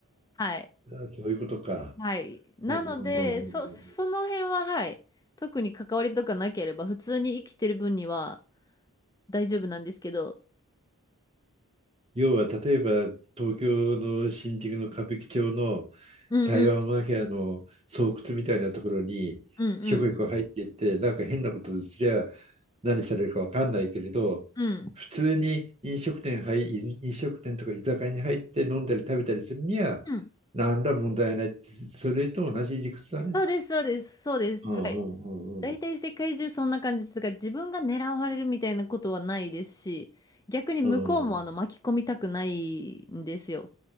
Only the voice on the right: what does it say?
あ、そういうことか。
うんうんうんうんうん
要は、例えば、東京の新宿の歌舞伎町の
台湾マフィアの巣窟みたいなところに、
ひょこひょこ入っていって、なんか変なことすりゃ何されるかわかんないけれど、
普通に飲食店入、飲食店とか居酒屋に入って飲んだり食べたりするには、
何ら問題ないって。それと同じ理屈だね。
うんうんうんうん。
うん。